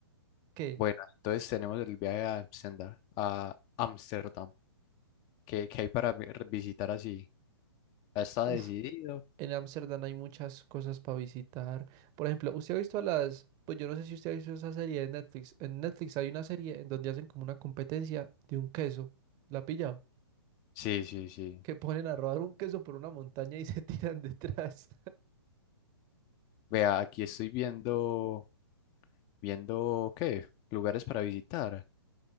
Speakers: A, on the right; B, on the left.
A: ¿qué?
B: bueno, entonces tenemos el viaje a Amsterdam, a Ámsterdam. ¿Qué, qué hay para vi- visitar así? ¿Ya ¿Está
A: Uf,
B: decidido?
A: En Ámsterdam hay muchas cosas para visitar. Por ejemplo, usted ha visto a las, pues yo no sé si usted ha visto esa serie de Netflix. En Netflix hay una serie en donde hacen como una competencia de un queso. ¿La ha pillado?
B: Sí, sí, sí.
A: Que ponen a rodar un queso por una montaña y se <laughs> tiran detrás.
B: Vea, aquí estoy viendo, viendo, ¿qué? Lugares para visitar.